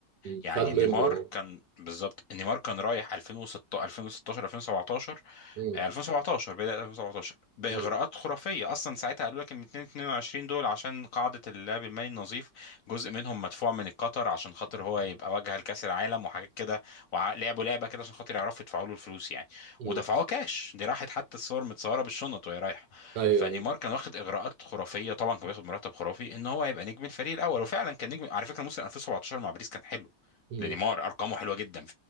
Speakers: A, on the right (about 65°); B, on the left (about 60°).
A: مم.
B: يعني
A: خد منه
B: نيمار
A: اه
B: كان بالظبط نيمار كان رايح 2006 2016 2017
A: مم.
B: 2017 بداية 2017 بإغراءات
A: مم.
B: خرافية أصلا ساعتها قالوا لك إن 222 دول عشان قاعدة اللعب المالي النظيف جزء منهم مدفوع من قطر عشان خاطر هو يبقى واجهة لكأس العالم وحاجات كده ولعبوا لعبة كده عشان خاطر يعرفوا يدفعوا له الفلوس يعني
A: مم.
B: ودفعوه كاش دي راحت حتى الصور متصورة بالشنط وهي رايحة
A: ايوه
B: فنيمار كان واخد إغراءات خرافية طبعا كان بياخد مرتب خرافي إن هو يبقى نجم الفريق الأول وفعلا كان نجم على فكرة موسم 2017 مع باريس كان حلو
A: مم.
B: لنيمار أرقامه حلوة جدا